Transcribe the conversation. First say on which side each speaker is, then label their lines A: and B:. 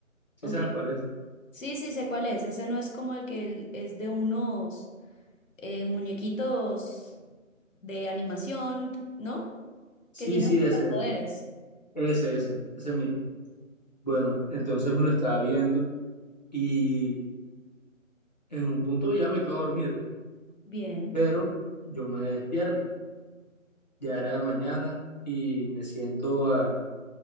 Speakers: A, on the left; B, on the left.
A: ¿Sí
B: ok.
A: sabes cuál es?
B: Sí, sí, sé cuál es. Ese no es como el que el- es de unos eh, muñequitos de animación, ¿no?
A: Sí,
B: Que tienen
A: sí, ese,
B: superpoderes.
A: ese, ese, ese, ese mismo. Bueno, entonces me lo estaba viendo y en un punto ya me quedo dormido,
B: Bien.
A: pero yo me despierto, ya era de mañana y me siento a